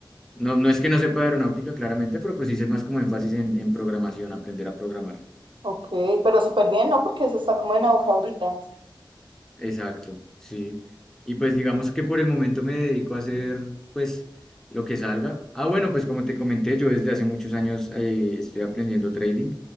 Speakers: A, in the centre; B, on the right (about 75°).
A: no, no es que no sepa aeronáutica claramente, pero pues hice más como énfasis en, en programación, aprender a programar.
B: Ok, pero súper bien, ¿no? Porque eso está como en aguja ahorita.
A: Exacto, sí. Y pues digamos que por el momento me dedico a hacer pues lo que salga. Ah, bueno, pues como te comenté, yo desde hace muchos años eh, estoy aprendiendo trading.